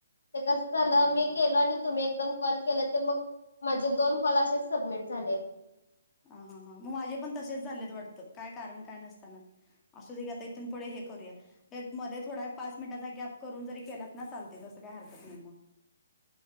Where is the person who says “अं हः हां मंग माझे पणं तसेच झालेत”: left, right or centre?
Left